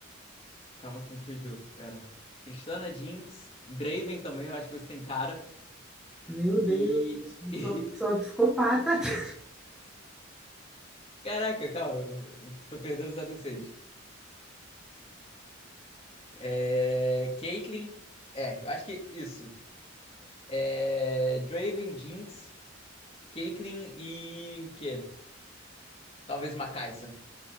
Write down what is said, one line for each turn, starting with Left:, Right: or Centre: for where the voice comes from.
Left: Calma que me fugiu, pera. Tristana, Jinx, Draven também, eu acho que você tem cara.
Centre: Meu Deus,
Left: E.
Centre: eu
Left: <laughs>
Centre: sou,
Left: e-
Centre: sou uma psicopata. <laughs>
Left: Caraca, calma, eu tô perdendo os ADCs. É. Caitlyn, é, eu acho que isso. É. Draven, Jinx. Caitlyn e o quê? Talvez uma Kai'Sa.